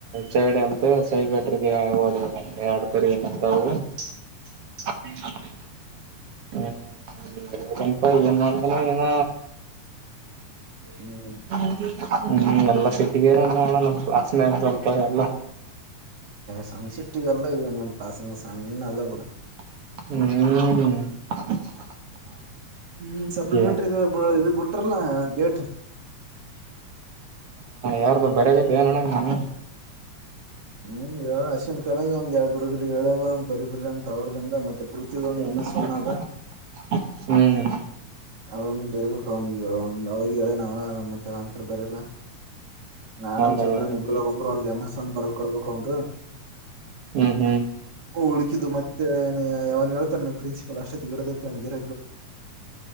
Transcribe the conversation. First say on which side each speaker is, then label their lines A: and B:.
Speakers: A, on the right (about 60°); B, on the right (about 40°).
A: ಚೌಡಿ ಅಲ್ತೆ ಸೈಗಟ್ರಿಗೆ ಓದ್ಬೇಕ ಎಡತರೆ ಎಂತವು
B: <inaudible>
A: ಹ <unintelligible> ಹ್ಮ್ನಪ ಏನ್ ಮಾಡ್ತಾನ ಏನ
B: ಹ್ಮ
A: ಹ್ಮ್ ಎಲ್ಲಾ ಸಿಟಗೇರೆ ಹೇಳ ನಮ್ ಕ್ಲಾಸ್ ಮೇ ಸ್ವಲ್ಪ ಎಲ್ಲ
B: ಸಣ್ಸೆಟ್ಟಿಗೆ ಎಲ್ಲ ಇದೆ ನಿಮ ಪಾಸ ಸಣ್ಣ ಎಲ್ಲ ಬಡ
A: ಹ್ಮ್
B: ಹ್ಮ್
A: <inaudible>
B: ಸಪ್ಲಿಮೆಂಟ್ರಿ ಇದು ಇದು ಬಿಟ್ರಲ್ಲ ಡೇಟ್
A: ಯಾರ್ದು ಬರಗತ ಏನಣ್ಣ ನೀ
B: ಹ್ಮ್ ಇವ ಅ್ನ ಕಾಲೇಜ ಒಂದ್ ಎರಡ್ ಹುಡುಗರು ಹೇಳ್ಯವ ಬರಿೀ ಬರಿ ಅಂತ ತಗದ್ರಿಂದ ಮತ್ತೆ ಪೃಥ್ವಿದ
A: ಹ
B: ಒಂದ್ ಎಂ ಎಸ್ ಒನ್ ಅದ
A: ಹ್ಮ್
B: ಅದ ಬರ್ಬೇಕು ಒ ಅವಾಗ ಹೇಳೇ ನಾವ ಮತ್ತೆಂತರ ಬರಲ್ಲ ನಾನನ್
A: ಹೌದೌದು
B: ಚಂದ್ರನ್ ಇಬ್ರಾಗ ಒಬ್ಬರು ಒಂದ್ ಎಮೆಸಾನ್ ಬರದ ಕೊಡ್ಬೇಕ ಅವಂ ಹ
A: ಹ್ಮ್ ಹ್ಮ್
B: ಉಳಕಿದ್ದು ಮತ್ತೆ ಯ ಅವನ್ ಹೇಳ್ತಾನ ಪ್ರಿನ್ಸಿಪಲ್ ಅಷ್ಟೊತ್ತ ಗಿಡದನ್ ಗಿರ